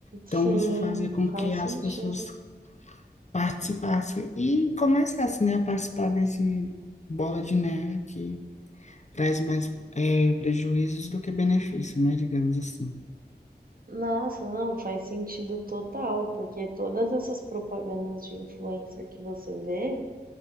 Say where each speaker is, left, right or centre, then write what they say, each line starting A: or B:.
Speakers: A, on the left; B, on the right.
A: Então,
B: Sim,
A: isso fazia com
B: faz
A: que as
B: sentido.
A: pessoas participassem e começassem, né, a participar desse bola de neve que traz mais eh, prejuízos do que benefícios, né, digamos assim.
B: Nossa, não, faz sentido total, porque todas essas propagandas de influencer que você vê,